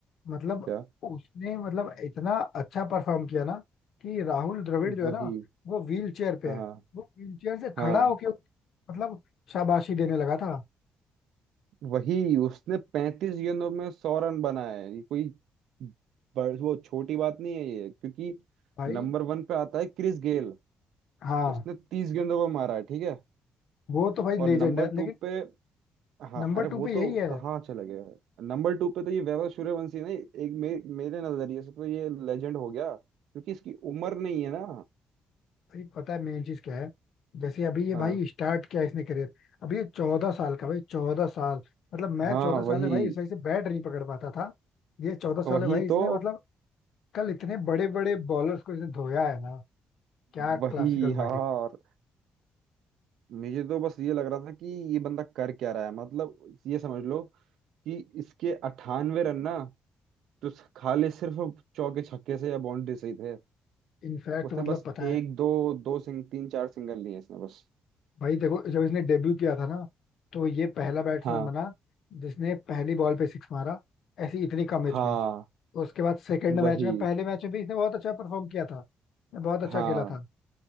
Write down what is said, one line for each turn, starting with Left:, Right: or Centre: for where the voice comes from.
Left: मतलब
Right: क्या
Left: उसने मतलब इतना अच्छा परफॉर्म किया ना कि राहुल द्रविड़ जो
Right: वही
Left: है ना वो व्हील चेयर पे
Right: हाँ
Left: है वो व्हील चेयर से
Right: हाँ
Left: खड़ा होके मतलब शाबाशी देने लगा था
Right: वही उसने पैंतीस गेंदों में सौ रन बनाए ये कोई बड़- वो छोटी बात नहीं है ये क्योंकि
Left: भाई
Right: नंबर वन पे आता है क्रिस गेल
Left: हाँ
Right: उसने तीस गेंदों पर मारा है ठीक है
Left: वो तो भाई लेजेंड
Right: और नंबर
Left: है
Right: टू
Left: लेकिन
Right: पे हाँ
Left: नंबर
Right: अरे
Left: टू
Right: वो
Left: पे
Right: तो
Left: यही है
Right: कहाँ चला गया है। नंबर टू पे तो ये वैभव सूर्यवंशी ना एक मे, मेरे नजरिए से तो ये लेजेंड हो गया क्योंकि इसकी उम्र नहीं है ना
Left: भाई पता है मेन चीज क्या है जैसे अभी ये
Right: हाँ
Left: भाई स्टार्ट किया इसने करियर अभी ये चौदह साल का भाई चौदह साल मतलब मैं
Right: हाँ
Left: चौदह साल
Right: वही
Left: में भाई इस वजह से बैट नहीं पकड़ पाता था ये चौदह
Right: वही
Left: साल में भाई इसने
Right: तो
Left: मतलब कल इतने बड़े बड़े बॉलर्स को इसने धोया है ना क्या
Right: वही
Left: क्लासिकल
Right: यार
Left: बैटिंग है
Right: मुझे तो बस ये लग रहा था कि ये बंदा कर क्या रहा है मतलब ये समझ लो कि इसके 98 रन ना तो खाली सिर्फ चौके छक्के से या बाउंड्री से ही थे
Left: इनफैक्ट
Right: उसने
Left: मतलब
Right: बस
Left: पता है
Right: एक दो दो सिंग तीन चार सिंगल लिए इसने बस
Left: भाई देखो जब इसने डेब्यू किया था ना तो ये पहला बैट्समैन
Right: हाँ
Left: बना जिसने पहली बॉल पे सिक्स मारा ऐसी इतनी कम एज
Right: हाँ
Left: में उसके बाद सेकेंड मैच
Right: वही
Left: में पहले मैच में भी इसने बहुत अच्छा परफॉर्म किया था इसने बहुत अच्छा
Right: हाँ
Left: खेला था